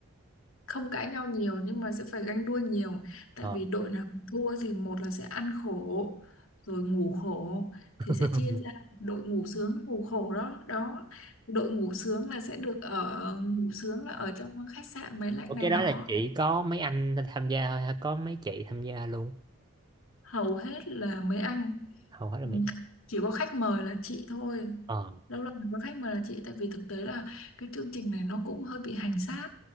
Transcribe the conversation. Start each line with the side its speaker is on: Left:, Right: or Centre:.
Left: không cãi nhau nhiều nhưng mà sẽ phải ganh đua nhiều tại
Right: ờ
Left: vì đội Ừ. nào thua thì một là sẽ ăn khổ rồi ngủ khổ
Right: <laughs>
Left: thì sẽ chia ra đội ngủ sướng với ngủ khổ đó đó đội ngủ sướng là sẽ được ở ngủ sướng là ở trong khách sạn máy lạnh
Right: Ủa,
Left: này
Right: cái
Left: nọ
Right: đó là chỉ có mấy anh tham gia thôi hay có mấy chị tham gia luôn?
Left: hầu hết là mấy anh
Right: Hầu hết là
Left: ừ,
Right: mấy anh.
Left: chỉ có khách mời là chị thôi
Right: Ờ.
Left: lâu lâu mới có khách mời là chị tại vì thực tế là cái chương trình này nó cũng hơi bị hành xác